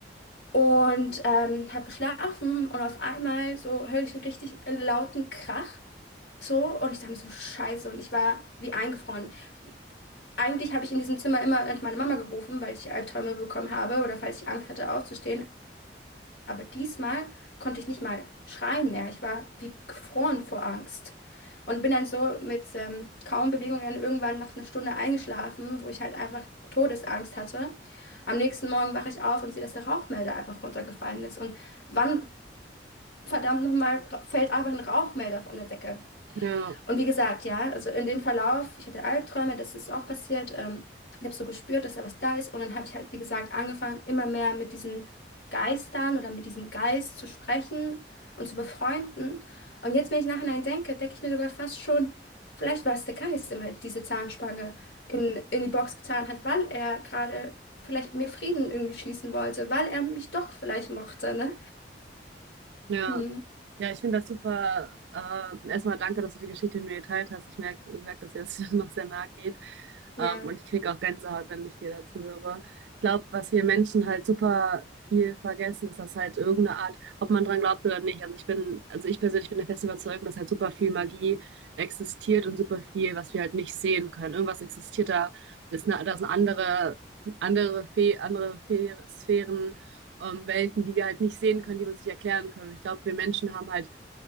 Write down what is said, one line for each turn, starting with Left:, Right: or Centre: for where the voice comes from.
Left: und ähm, habe geschlafen und auf einmal so höre ich einen richtig lauten Krach. So, und ich dachte mir so, Scheiße, und ich war wie eingefroren. Eigentlich habe ich in diesem Zimmer immer an meine Mama gerufen, weil ich Albträume bekommen habe oder falls ich Angst hatte aufzustehen. Aber diesmal konnte ich nicht mal schreien mehr. Ich war wie gefroren vor Angst. Und bin dann so mit ähm, kaum Bewegungen irgendwann nach einer Stunde eingeschlafen, wo ich halt einfach Todesangst hatte. Am nächsten Morgen wache ich auf und sehe, dass der Rauchmelder einfach runtergefallen ist. Und wann, verdammt nochmal, fällt einfach ein Rauchmelder von der Decke?
Right: Ja.
Left: Und wie gesagt, ja, also in dem Verlauf, ich hatte Albträume, das ist auch passiert. Ähm, ich habe so gespürt, dass da was da ist. Und dann habe ich halt, wie gesagt, angefangen, immer mehr mit diesen Geistern oder mit diesem Geist zu sprechen und zu befreunden. Und jetzt, wenn ich nachhinein denke, denke ich mir sogar fast schon, vielleicht war es der Geist, der mir diese Zahnspange in, in die Box getan hat, weil er gerade vielleicht mit mir Frieden irgendwie schließen wollte, weil er mich doch vielleicht mochte, ne?
Right: Ja.
Left: Hm,
Right: Ja, ich finde das super. Ähm, erstmal danke, dass du die Geschichte mit mir geteilt hast. Ich merke, merk, merk, dass ihr es <laughs> noch sehr nahe geht.
Left: ja.
Right: Ähm, und ich kriege auch Gänsehaut, wenn ich dir dazu höre. Ich glaube, was wir Menschen halt super viel vergessen, ist, dass halt irgendeine Art, ob man dran glaubt oder nicht. Also ich bin, also ich persönlich bin der festen Überzeugung, dass halt super viel Magie existiert und super viel, was wir halt nicht sehen können. Irgendwas existiert da, ist eine, da sind andere, andere, Fe andere Fe Sphären ähm, Welten, die wir halt nicht sehen können, die wir uns nicht erklären können. ich glaube, wir Menschen haben halt,